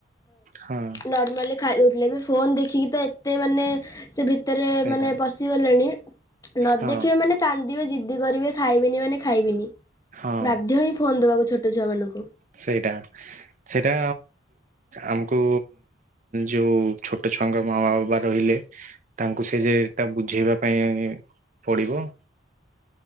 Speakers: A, on the right; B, on the left.
A: ହଁ
B: ନର୍ମାଲି ଖାଇ ଦେଉଥିଲେ ବି ଫୋନ୍ ଦେଖିକି ତ ଏତେ ମାନେ ସେ ଭି ଭିତରେ
A: ସେଇଟା
B: ମାନେ ପଶିଗଲେଣି ନ
A: ହଁ
B: ଦେଖିବା ମାନେ କାନ୍ଦିବେ ଜି ଜିଦି କରିବେ ଖାଇବିନି ମାନେ ଖାଇବିନି
A: ହଁ
B: ବାଧ୍ୟ ହିଁ ଫୋନ ଦେବାକୁ ଛୋଟ ଛୁଆମାନଙ୍କୁ
A: ସେଇଟା ସେଇଟା ଆମକୁ ଯୋଉଁ ଛୋଟ ଛୁଆଙ୍କ ମାମା ବାବା କହିଲେ, ତାଙ୍କୁ ସେ ଯୋଉଁଟା ବୁଝେଇବା ପାଇଁ ପଡିବ।